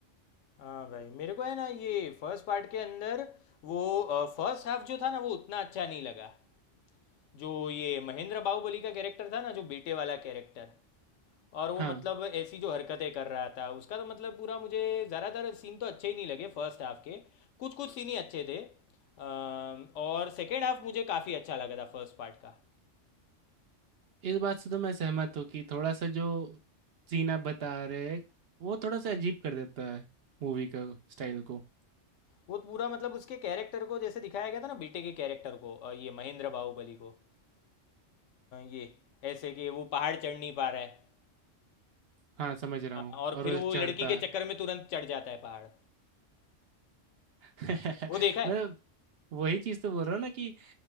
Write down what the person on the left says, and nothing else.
हाँ भाई मेरे को है ना ये फर्स्ट पार्ट के अंदर वो फर्स्ट हाफ जो था ना वो उतना अच्छा नहीं लगा जो ये महेंद्र बाहुबली का कैरेक्टर था ना जो बेटे वाला कैरेक्टर और वो
मतलब ऐसी जो हरकतें कर रहा था उसका तो मतलब पूरा मुझे ज़्यादातर सीन तो अच्छे ही नहीं लगे फर्स्ट हाफ के कुछ कुछ सीन ही अच्छे थे अम, और सेकेंड हाफ मुझे काफ़ी अच्छा लगा था फर्स्ट पार्ट का
वो पूरा मतलब उसके कैरेक्टर को जैसे दिखाया गया था ना बेटे के कैरेक्टर को अ, ये महेंद्र बाहुबली को अ, ये ऐसे कि वो पहाड़ चढ़ नहीं पा रहा है
अ,
और
फिर
वो लड़की
के
चक्कर में तुरंत चढ़ जाता है पहाड़
वो देखा है